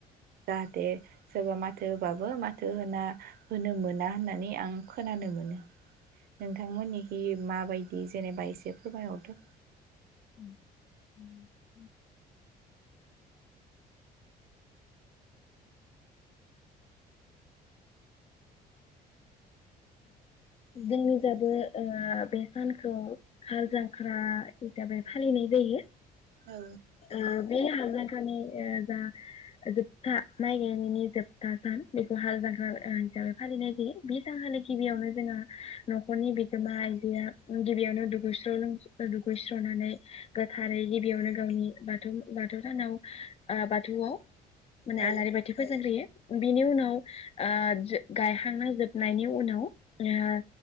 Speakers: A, on the right; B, on the left.
A: जाहाथे सोरबा मा थो होबाबो माथो होना होनो मोन ना होननानै आं खोनानो मोनो नोंथांमोननिखि माबायदि जेनेबा एसे फोरमायहरदो?
B: <unintelligible> जोंनि जाबो ओ बे सानखौ खाल जांख्रा जाबाय फालिनाय जायो
A: औ
B: आ बे हाग्रानि सानि ओ जा जोबथा माइ गायनायनि जोबथा सान बेखौ हाल जांख्रा हिसाबै फालिनाय जायो बे सानखालि गिबियावनो जोंहा नखरनि बिगोमा आइजोआ गिबियावनो दुगैस्र लो दुगै स्रनानै गोथारै गिबियावनो गावनि बाथौ बाथौ सानाव आ बाथौआव माने
A: औ
B: आलारि बाथि फोजोंग्रोयो बिनि उनाव आ जो गायखांना जोबनायनि उनाव आ